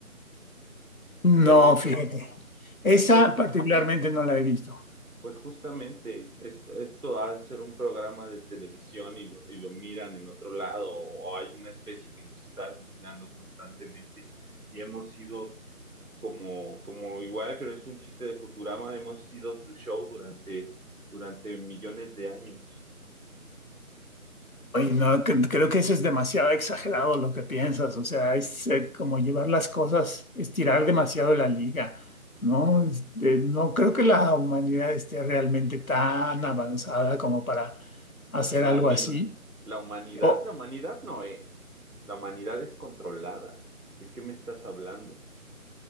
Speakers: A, on the left; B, on the right.
A: No,
B: ¿sí has visto?
A: fíjate. Esa
B: Pues
A: particularmente no la he visto.
B: Pues justamente, esto, esto ha de ser un programa de televisión y lo, y lo miran en otro lado, o, o hay una especie que nos está vigilando constantemente y hemos sido como, como igual creo que no es un chiste de Futurama, hemos sido su show durante, durante millones de años.
A: Ay, no, cre- creo que eso es demasiado exagerado lo que piensas, o sea, es eh, como llevar las cosas, estirar demasiado la liga, ¿no? Este, no creo que la humanidad esté realmente tan avanzada como para hacer algo
B: La humina-
A: así,
B: la humanidad,
A: o,
B: la humanidad no es. La humanidad es controlada. ¿De qué me estás hablando?